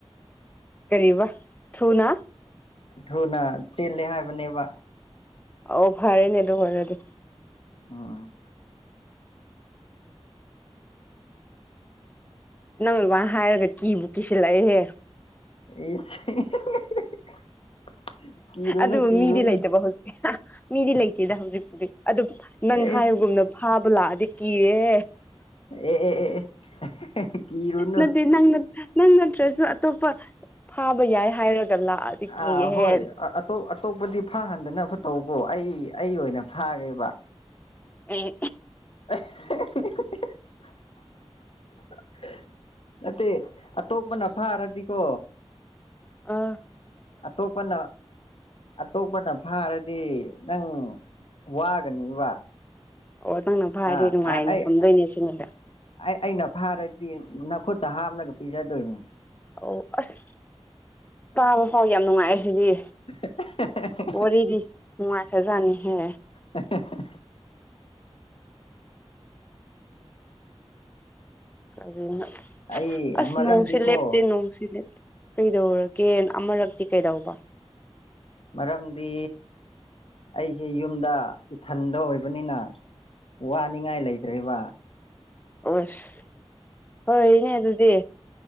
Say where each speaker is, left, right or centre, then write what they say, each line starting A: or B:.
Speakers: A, on the left; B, on the left.
A: ꯀꯔꯤꯕ ꯊꯨꯅ
B: ꯊꯨꯅ ꯆꯦꯜꯂꯦ ꯍꯥꯏꯕꯅꯦꯕ
A: ꯑꯣꯚꯔꯦꯅꯦ ꯑꯗꯨꯔꯗꯤ
B: ꯑꯣ
A: ꯅꯪ ꯂꯨꯕꯥꯅ ꯍꯥꯏꯔꯒ ꯀꯤꯕꯨ ꯀꯤꯁꯤꯜꯂꯛꯑꯦꯍꯦ
B: <unintelligible> ꯀꯤꯔꯨꯅꯨ
A: ꯑꯗꯨ
B: ꯀꯤꯔꯨꯅꯨ
A: ꯃꯤꯗꯤ ꯂꯩꯇꯕ ꯍꯧꯖꯤꯛ ꯃꯤꯗꯤ ꯂꯩꯇꯦꯗ ꯍꯧꯖꯤꯛꯄꯨꯗꯤ ꯑꯗꯨ ꯅꯪ
B: ꯑꯦꯁ
A: ꯍꯥꯏꯕꯒꯨꯝꯅ ꯐꯥꯕ ꯂꯥꯛꯑꯗꯤ ꯀꯤꯔꯦ
B: ꯑꯦ ꯀꯤꯔꯨꯅꯨ
A: ꯅꯠꯇꯦ ꯅ ꯅꯪ ꯅꯠꯇ꯭ꯔꯁꯨ ꯑꯇꯣꯞꯄ ꯐꯥꯕ ꯌꯥꯏ ꯍꯥꯏꯔꯒ ꯂꯥꯛꯑꯗꯤ ꯀꯤꯍꯦ
B: ꯑꯥ ꯍꯣꯏ ꯇꯣꯞ ꯑꯇꯣꯞꯄꯗꯤ ꯐꯥꯍꯟꯗꯅ ꯐ ꯇꯧꯕꯀꯣ ꯑꯩ ꯑꯩ ꯑꯣꯏꯅ ꯐꯥꯒ꯭ꯔꯦꯕ
A: ꯑꯩ
B: <unintelligible> ꯅꯠꯇꯦ ꯑꯇꯣꯞꯄꯅ ꯐꯥꯔꯗꯤꯀꯣ
A: ꯑꯥ
B: ꯑꯇꯣꯞꯄꯟꯅ ꯑꯇꯣꯞꯄꯅ ꯐꯥꯔꯗꯤ ꯅꯪ ꯋꯥꯒꯅꯤꯕ
A: ꯑꯣ ꯅꯪꯅ ꯐꯥꯔꯗꯤꯦ
B: ꯑꯥ
A: ꯅꯨꯡꯉꯥꯏꯅ
B: ꯑꯩ
A: ꯊꯝꯗꯣꯏꯅꯦ ꯁꯤꯃꯗ
B: ꯑꯩ ꯑꯩꯅ ꯐꯥꯔꯗꯤ ꯅꯈꯨꯠꯇ ꯍꯥꯝꯂꯒ ꯄꯤꯖꯗꯣꯏꯅꯤ
A: ꯑꯣ ꯑꯁ ꯇꯥꯕ ꯐꯥꯎ ꯌꯥꯝ ꯅꯨꯡꯉꯥꯏꯔꯦ ꯁꯤꯗꯤ
B: <unintelligible>
A: ꯋꯥꯔꯤꯗꯤ ꯅꯨꯡꯉꯥꯏꯈꯔꯖꯥꯅꯤꯍꯦ
B: <unintelligible>
A: ꯀꯖꯩꯅꯣ
B: ꯑꯩ
A: ꯑꯁ
B: ꯃꯔꯝꯗꯤꯀꯣ
A: ꯅꯣꯡꯁꯦ ꯂꯦꯞꯇꯦ ꯅꯣꯡꯁꯤ ꯂꯦꯞꯇꯦ ꯀꯩꯗꯧꯔꯒꯦ ꯑꯃꯔꯛꯇꯤ ꯀꯩꯗꯧꯕ
B: ꯃꯔꯝꯗꯤ ꯑꯩꯖꯦ ꯌꯨꯝꯗ ꯏꯊꯟꯗ ꯑꯣꯏꯕꯅꯤꯅ ꯋꯥꯅꯤꯡꯉꯥꯏ ꯂꯩꯇ꯭ꯔꯦꯕ
A: ꯑꯣꯁ ꯐꯣꯏꯅꯦ ꯑꯗꯨꯗꯤ